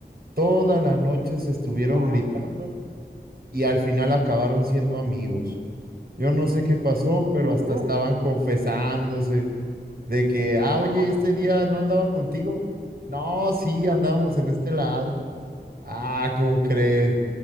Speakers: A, on the right (about 60°); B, on the right (about 45°).
A: toda la noche se estuvieron
B: Ajá,
A: gritando y al final acabaron siendo amigos. Yo no sé qué pasó, pero
B: ¿en
A: hasta
B: serio?
A: estaban confesándose de que, ah, oye,
B: Ajá,
A: este día no andaba contigo. No, sí, andamos en este lado. Ah, ¿cómo crees?